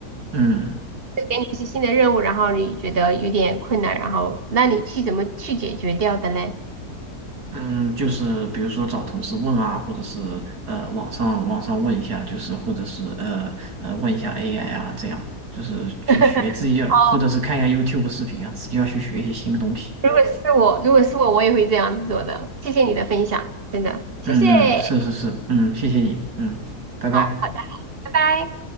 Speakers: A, on the right; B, on the right.
A: 嗯
B: 就给你一些新的任务，然后你觉得有点困难，然后那你去怎么去解决掉的嘞？
A: 嗯，就是比如说找同事问啊，或者是呃网上网上问一下，就是或者是呃呃问一下 AI 啊，这样就是去学自己要，
B: <laughs> 哦，
A: 或者是看一下 YouTube 视频啊，自己要去学一些新的东西。
B: 如果是我，如果是我，我也会这样子做的。谢谢你的分享，真的，
A: 嗯嗯，
B: 谢谢。
A: 是是是，嗯，谢谢你，嗯，拜拜。
B: 好好的，拜拜。